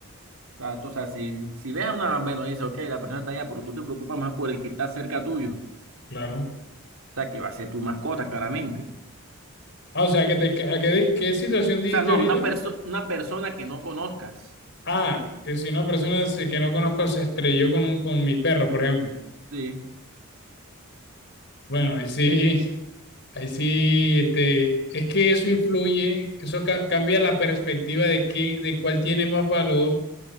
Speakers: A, on the right; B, on the left.
A: O sea, tú- o sea, si, si ves a una bueno, y dices, ok, la persona está allá, pero tú te preocupas más por el que está cerca tuyo. O
B: claro.
A: sea, que va a ser tu mascota, claramente.
B: Ah, o sea, que te, que- ¿a qué, di- qué situación dijiste
A: O sea, no,
B: ahorita?
A: una, perso- una persona que no conozcas.
B: Ah, que si una persona se- que no conozco se estrelló con, un, con mi perro, por ejemplo.
A: Sí,
B: Bueno, ahí sí, Ahí sí, este, es que eso influye, eso ca- cambia la perspectiva de qué, de cuál tiene más valor